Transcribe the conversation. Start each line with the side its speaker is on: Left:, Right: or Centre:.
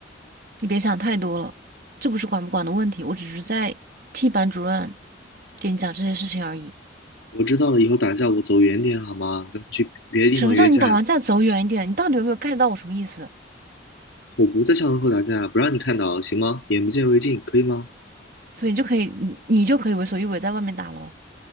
Right: 你别想太多了。这不是管不管的问题，我只是在替班主任给你讲这些事情而已。
Left: 我知道了，以后打架我走远点好吗？我跟他们去别的地方约架，
Right: 什么叫你打完架走远一点？你到底有没有 get 到我什么意思？
Left: 我不在校门口打架，不让你看到，行吗？眼不见为净，可以吗？
Right: 所以你就可以，你你就可以为所欲为，在外面打咯。